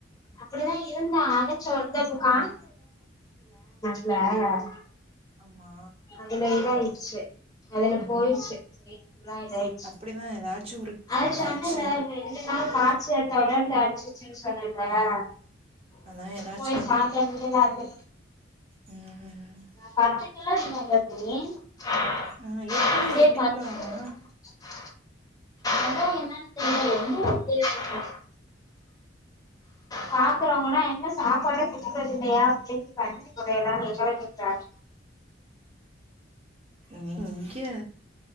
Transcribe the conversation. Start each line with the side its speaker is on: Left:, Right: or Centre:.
Left: அப்டிதா இருந்தா அத சொல்றதுக்கா
Right: ம்
Left: <unintelligible>
Right: ஆம்மா
Left: அதுல இதாயிடுச்சு அதுல போயிருச்சு வெயி ஃபுல்லா இதாயிச்சு
Right: அப்டிதா ஏதாச்சு ஒரு
Left: அதா
Right: காச்ச
Left: சொன்னேல்ல <unintelligible> <unintelligible> காச்சல் தொடர்ந்து அடிச்சிச்சுன் சொன்ன ல்ல
Right: ஆ அதா ஏதாச்சு
Left: போயி பாத்தம் <unintelligible>
Right: ம் ம்
Left: பத்து கிலோ இருந்தா <unintelligible>
Right: ஆ எப்பல்ல
Left: சேரி
Right: எட்டு
Left: பத்து கிலோ
Right: ஆனா
Left: இருக்கா அதா என்னன் தெரில எந்த <inaudible> பாக்குறவங்களா என்ன சாப்பாடே குடுக்குரது இல்லையா அப்பிடினு பண்ணி எல்லா எங்கள கேக்குராங்க
Right: நீ இங்க